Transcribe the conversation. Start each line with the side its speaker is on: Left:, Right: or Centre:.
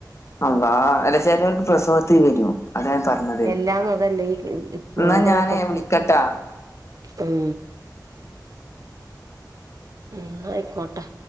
Left: അല്ലാഹ് അല്ല ചേലോറ്ക്ക് പ്രസവത്തി വരും. അതാ ഞാൻ പറഞ്ഞത്
Right: എല്ലാംന്ന അതല്ലേ ഈ
Left: എന്നാ
Right: മാൻ്റകൊക്കക്കെ-
Left: ഞാനേ വിളിക്കട്ടാ
Right: ഉം ന്നായിക്കോട്ടെ.